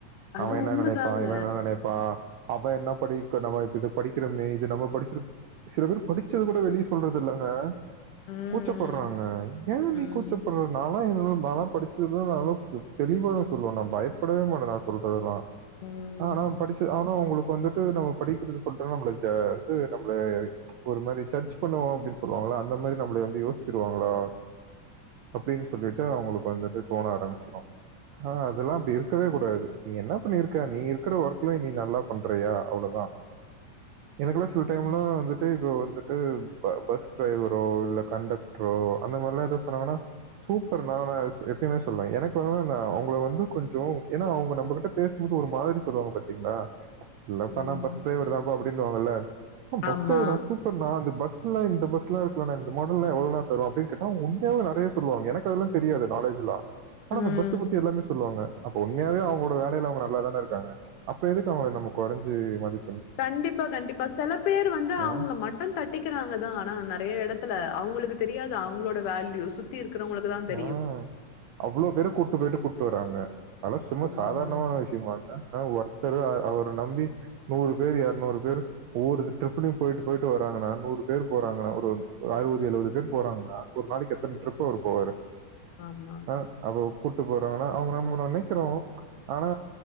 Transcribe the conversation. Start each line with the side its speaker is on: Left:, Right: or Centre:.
Left: அது
Right: அவே என்ன
Left: உண்மதாங்க.
Right: நெனைப்பா இவ என்ன நெனைப்பா அவ என்ன படிக்க நம்ம இப்ப இத படிக்கிறமே இது நம்ம படிச்சிரு சில பேர் படிச்சத கூட வெளிய சொல்றது இல்லங்க
Left: ம்,
Right: கூச்சப்படுறாங்க ஏ
Left: ம்,
Right: நீ கூச்சப்படுற நா ஆ என்ன நாலா படிச்சதுல்லா நாலா தெளிவா சொல்லுவே நா பயப்படவே மாட்டே நா சொல்றதெல்லா
Left: ம், ம்,
Right: ஆனா படிச்சு ஆனா அவுங்களுக்கு வந்துட்டு நம்ம படிக்கறத சொல்ட்டா நம்மள ஜ வந்து நம்மள ஒரு மாரி ஜட்ஜ் பண்ணுவோ அப்டின் சொல்லுவாங்கள அந்த மாரி நம்மள வந்து யோசிச்சுருவாங்களா அப்டின் சொல்லிட்டு அவுங்களுக்கு வந்துட்டு தோண ஆரம்பிச்சிடு ஆ அதெல்லா அப்டி இருக்கவே கூடாது நீ என்ன பண்ணிருக்க நீ இருக்கிற ஒர்க்ல நீ நல்லா பண்றியா அவ்ளோதா எனக்குலா சில டைம்லா
Left: ம்,
Right: வந்துட்டு இப்ப வந்துட்டு பஸ் டிரைவரோ இல்ல கண்டக்டரோ அந்த மாரில்லா எது சொன்னாங்கனா சூப்பர் நா நா எப்பயுமே சொல்லுவ எனக்கு வந்துனா நா அவங்கள வந்து கொஞ்சோ ஏன்னா அவுங்க நம்மகிட்ட பேசுபோது ஒரு மாதிரி சொல்லுவாங்க பாத்தீங்ளா இல்லப்பா
Left: ம்.
Right: நா பஸ் டிரைவர் தான்ப்பா அப்டின்னுவாங்கல்ல ஆ பஸ்
Left: ஆமா.
Right: டிரைவரா சூப்பர்னா அந்த பஸ் ல இந்த பஸ்லா இருக்குல்ல இந்த மாடல்லா எவ்ளோனா தருவா அப்டினு கேட்டா உண்மையாவே நெறய சொல்லுவாங்க எனக்கு அதெல்லா தெரியாது நாலேஜ்லா ஆனா
Left: ம்.
Right: அந்த பஸ்ஸ பத்தி எல்லாமே சொல்லுவாங்க அப்ப உண்மையாவே அவுங்களோட வேலைல அவுங்க நல்லாதானே இருக்காங்க அப்ப எதுக்கு அவுங்கள நம்ம கொறஞ்சு மதி
Left: கண்டிப்பா கண்டிப்பா செல பேர் வந்து அவுங்கள
Right: ஆ
Left: மட்ட மட்ட தட்டிக்கிறாங்க தா ஆனா நெறய இடத்துல அவுங்களுக்கு தெரியாது அவுங்களோட வேல்யூ சுத்தி இருக்கிறவங்கள குதா தெரியு
Right: ஆ அவ்ளோ பேர கூட்டு போய்ட்டு கூட்டு வறாங்க அதலா சும்மா
Left: ம்.
Right: சாதாரணமான விஷயமாங்க ஆ ஒருத்தர அவர நம்பி நூறு பேரு எரநூறு பேரு ஒவ்வொரு ட்ரிப்லு போய்ட்டு போயிட்டு வராங்கனா நூறு பேரு போறாங்கனா ஒரு அறுபது எழுபது பேர் போறாங்கனா ஒரு நாளைக்கு எத்தன டிரிப்பு அவரு போவாரு
Left: ஆமா
Right: ஆ அப்ப கூட்டு போறாங்கனா அவுங்க நம்ம நெனக்கிறோ ஆனா